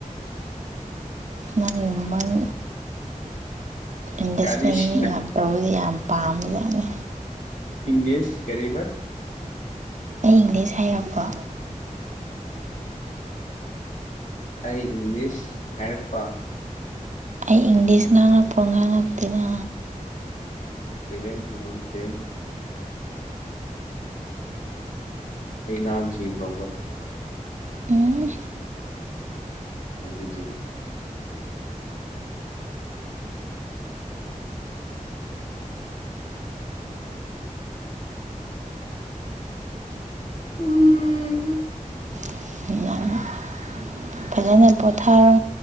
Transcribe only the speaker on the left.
ꯀꯔꯤꯁꯤꯅ
ꯏꯪꯂꯤꯁ ꯀ
ꯑꯩ ꯏꯪꯂꯤꯁ ꯍꯥꯏꯔꯛꯄ
ꯅꯝꯁꯦ ꯅꯪꯁꯦ ꯑꯩ ꯉꯥꯡꯈꯤꯕ꯭ꯔꯣꯕꯣ
ꯍꯥꯏꯁꯤ ꯎꯝ